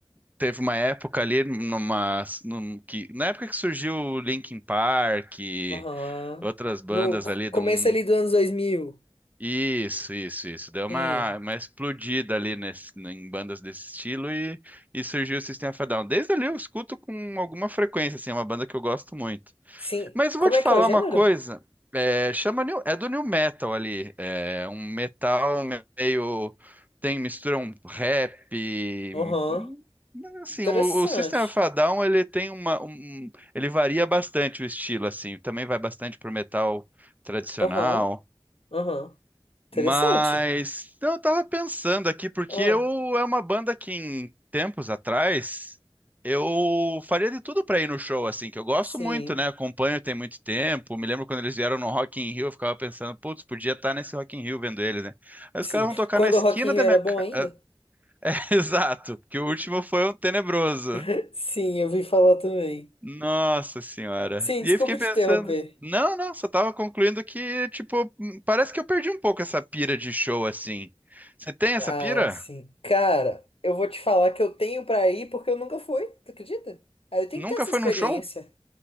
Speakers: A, on the right; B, on the left.
A: teve uma época ali numa, num- que, na época que surgiu o Linkin Park,
B: Aham.
A: outras bandas
B: No c-
A: ali
B: começo
A: de um
B: ali dos anos dois mil
A: Isso, isso, isso. Deu uma,
B: Sim.
A: uma explodida ali nesse, em bandas desse estilo e, e surgiu o System of a Down. Desde ali eu escuto com alguma frequência, assim, é uma banda que eu gosto muito.
B: Sim.
A: Mas eu
B: Como
A: vou te
B: é
A: falar
B: que é o gênero?
A: uma coisa, é, chama new, é do new metal ali, é um metal meio, tem, mistura um rap,
B: Aham.
A: hum, assim,
B: Interessante.
A: o, o System of a Down, ele tem uma, um- ele varia bastante o estilo, assim, também vai bastante pro metal tradicional.
B: Aham. Aham.
A: Mas
B: Interessante.
A: então, eu tava pensando aqui, porque
B: Ah,
A: eu é uma banda que em tempos atrás eu faria de tudo pra ir no show, assim, que eu gosto
B: sim.
A: muito, né? Acompanho tem muito tempo. Me lembro quando eles vieram no Rock in Rio, eu ficava pensando, putz, podia estar nesse Rock in Rio vendo eles, né? Aí
B: Sim.
A: os caras vão tocar
B: Quando
A: na esquina
B: o Rock in Rio
A: da
B: era
A: minha
B: bom
A: casa.
B: ainda?
A: <laughs> Exato, porque o último foi um tenebroso.
B: <laughs> Sim, eu vi falar também.
A: Nossa senhora.
B: Sim,
A: E
B: desculpa
A: aí fiquei
B: te
A: pensando,
B: interromper.
A: não, não, só tava concluindo que, tipo, parece que eu perdi um pouco essa pira de show assim. Você tem essa
B: Ah,
A: pira?
B: sim. Cara, eu vou te falar que eu tenho pra ir porque eu nunca fui, tu acredita? Aí eu tenho
A: Nunca
B: que ter essa
A: foi
B: experiência.
A: num show?